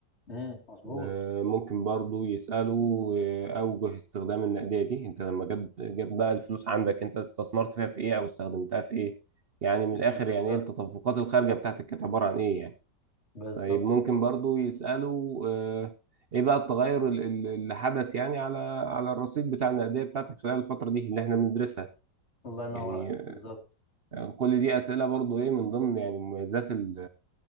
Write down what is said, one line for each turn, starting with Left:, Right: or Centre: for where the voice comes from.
Left: امم مظبوط
Right: آه، ممكن برضو يسأله آه، أوجه استخدام النقدية دي أنت لما جاب جاب بقى الفلوس عندك أنت استثمرت فيها في إيه أو استخدمتها في إيه يعني من
Left: مم،
Right: الآخر
Left: بالظبط
Right: يعني إيه التدفقات الخارجة بتاعتك كانت عبارة عن إيه يعني
Left: بالظبط
Right: طيب ممكن
Left: كده
Right: برضو يسألوا آه، ايه بقى التغير ال- ال- اللي حدث يعني على على الرصيد بتاع النقدية بتاعتك خلال الفترة دي اللي احنا بندرسها
Left: الله ينور
Right: يعني
Left: عليك بالظبط
Right: آه، كل دي أسئلة برضو ايه من ضمن يعني مميزات ال-